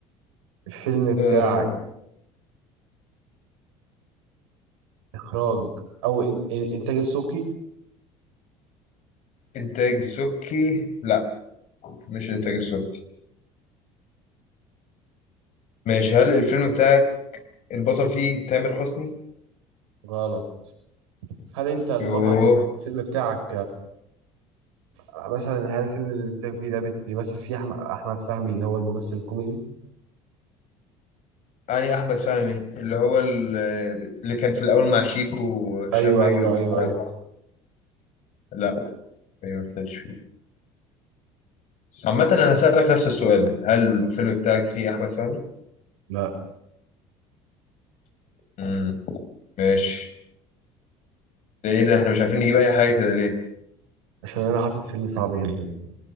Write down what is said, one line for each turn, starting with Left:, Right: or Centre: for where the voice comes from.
Right: الفيلم بتاعك
Left: أه
Right: اخراج او إن إن انتاج السبكي
Left: إنتاج السبكي لا مش إنتاج السبكي ماشي هل الفيلم بتاعك البطل فيه تامر حسني؟
Right: غلط هل انت البطل
Left: يوه
Right: الفيلم بتاعك آه، مثلا هل الفيلم اللي انت فيه ده بت- بيمثل فيه احمد احمد فهمي اللي هو الممثل الكوميدي
Left: يعني أحمد فهمي اللي هو ال- اللي كان في الأول مع شيكو وهشام
Right: ايوه
Left: ماجد
Right: ايوه ايوه
Left: وبتاع
Right: ايوه
Left: لا ما يمثلش فيه عامة أنا هسألك نفس السؤال هل الفيلم بتاعك فيه أحمد فهمي؟
Right: لا
Left: امم ماشي ده إيه ده إحنا مش عارفين نجيب أي حاجة كده ليه؟
Right: عشان انا حاطط فيلم صعب جدا